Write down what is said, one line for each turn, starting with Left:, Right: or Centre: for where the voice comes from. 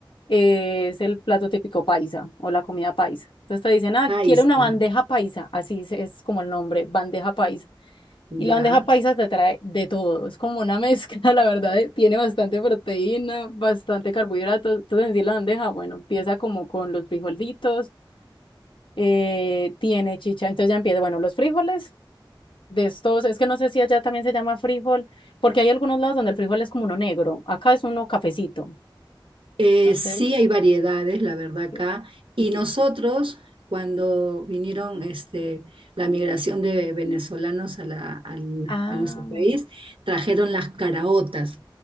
Left: eh, es el plato típico paisa o la comida paisa. Entonces te dicen, ah,
Right: ahí
Left: quiere
Right: está,
Left: una bandeja paisa, así es, es como el nombre, bandeja paisa.
Right: ya.
Left: Y la bandeja paisa te trae de todo, es como una mezcla, <laughs> la verdad, eh, tiene bastante proteína, bastante carbohidratos. Entonces en sí la bandeja, bueno, empieza como con los frijolitos eh, tiene chicha. Entonces ya empieza, bueno, los frijoles de estos, es que no sé si allá también se llama frijol, porque hay algunos lados donde el frijol es como uno negro, acá es uno cafecito.
Right: Eh,
Left: Entonces,
Right: sí hay variedades, la verdad, acá.
Left: eh,
Right: Y nosotros, cuando vinieron este, la migración de venezolanos a, la, al-
Left: ah,
Right: a nuestro país, trajeron las caraotas,